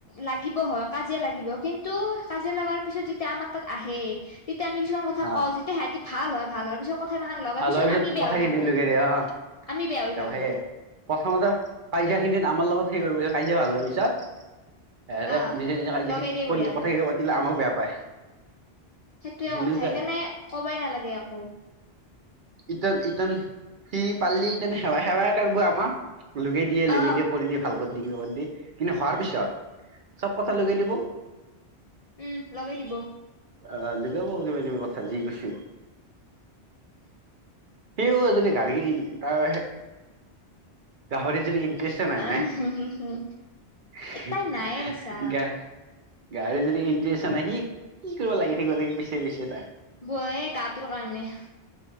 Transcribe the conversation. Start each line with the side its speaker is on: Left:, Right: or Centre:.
Left: লাগিব হ কাজিয়া লাগিব কিন্তু কাজিয়া লগাৰ পিছত যেতিয়া আমাৰ তাত আহে তেতিয়া আমি কিছুমান কথা
Right: অ
Left: কওঁ যেতিয়া সিহঁতি ভাল ভাল হয় পিছত কথা সিমান লগা
Right: ভাল
Left: পিছত
Right: হোৱাৰ
Left: আমি বেয়া
Right: কথাখিনি
Left: হৈ থাকো,
Right: লগাই দিয়ে অ
Left: আমি বেয়া হৈ থাকো
Right: সেয়ে প্ৰথমতে কাজিয়া খিনিত আমাৰ লগত সেই কৰিব কাজিয়া ভাল হোৱাৰ পিছত
Left: আহ
Right: নিজে নিজখিনি
Left: লগাই দেই বঢ়িয়াকে
Right: কথাখিনি পাতিলে আমাক বেয়া পায়।
Left: সেইটোয়ে
Right: হেনেকুৱাই।
Left: কথা সেইকাৰণে কবাই নালাগে একো
Right: ইটন ইটন সি পালি ইতেন সেৱা সেৱাই কৰিব আমাৰ লগে দিয়ে
Left: অ
Right: লগে দে কৰি দি ভালক দি কিন্তু হোৱাৰ পিছত চব কথা লগাই দিয়ে
Left: উম লগাই দিব।
Right: আহ লগাই কিবা কিবি কথা যি কৈছো সেইও যদি গাড়ী তাৰ গাহৰি <unintelligible> যদি ইটষ্ট নাই
Left: আহ
Right: গাড়ী <unintelligible>
Left: তাই নায়ে বাচা
Right: গাড়ী যদি ইণ্টাৰেষ্ট নাই সি কি কৰিব লাগি থাকিব লাগে পিছে পিছে তাই।
Left: বৌয়ে গাটোৰ কাৰণে <inaudible>